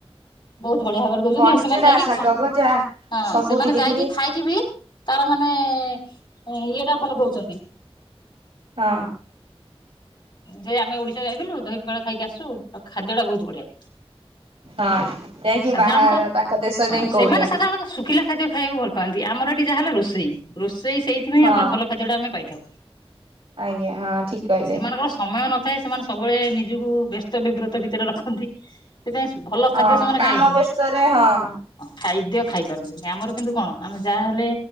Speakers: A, on the left; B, on the right.
A: ବହୁତ ବଢିଆ ଭାବରେ ଦଉଛନ୍ତି,
B: ବଢିଚୁରା
A: ଆଉ ସେମାନେ ଯାଇକି
B: ଶାଗ
A: ହଁ
B: ଭଜା ସବୁ
A: ସେମାନେ
B: ଟିକେ
A: ଯାଇକି
B: ଟିକେ
A: ଖାଇକି ବି ତାର ମାନେ ଇଏ ଟା ଭଲ ପାଉଛନ୍ତି
B: ହଁ।
A: ଯେ ଆମେ ଓଡିଶା ଯାଇଥିଲୁ ଦହି ପଖାଳ ଖାଇକି ଆସଛୁ ଖାଦ୍ୟ ଟା ବହୁତ ବଢିଆ
B: ହଁ ଯାଇକି
A: ସାଧାରଣତଃ
B: ବାହାର ତାଙ୍କ ଦେଶ
A: ହଁ
B: ଯାଇ
A: ସେମାନେ
B: କହୁଛନ୍ତି
A: ସାଧାରଣତଃ ଶୁଖିଲା ଖାଦ୍ୟ ଖାଇବାକୁ ଭଲ ପାଆନ୍ତି, ଆମର ଏଠି ଯାହା ହେଲେ ରୋଷେଇ ସେ ସେଇଥିପାଇଁ
B: ହଁ
A: ଆମର ଭଲ ଖାଦ୍ୟ ଟା ଆମେ ପାଇଥାଉ
B: ଆଜ୍ଞା ହଁ ଠିକ କହିଲେ।
A: ସେମାନଙ୍କର ସମୟ ନଥାଏ ସେମାନେ ସବୁବେଳେ, ନିଜକୁ ବ୍ୟସ୍ତ ବିବ୍ରତ ଭିତରେ ରଖନ୍ତି ସେଥିପାଇଁ ଭଲ
B: ହଁ
A: ଖାଦ୍ୟ ସେମାନେ
B: କାମ
A: ଖାଇସ
B: ବ୍ୟସ୍ତରେ ହଁ
A: ହଁ ଖାଦ୍ୟ ଖାଇ ପାରନ୍ତିନି ଆମର କିନ୍ତୁ କଣ ଆମେ ଯାହାହଲେ